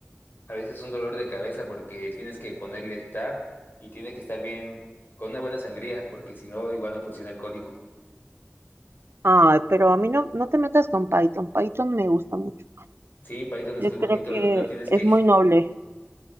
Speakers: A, on the left (about 50°); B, on the right (about 60°).
A: a veces un dolor de cabeza porque tienes que ponerle tab y tiene que estar bien con una buena sangría porque si no, igual no funciona el código.
B: Ay, pero a mí no, no te metas con Python. Python me gusta mucho.
A: Sí, Python es
B: Yo
A: muy bonito
B: creo que
A: y no tienes
B: es
A: que
B: muy noble.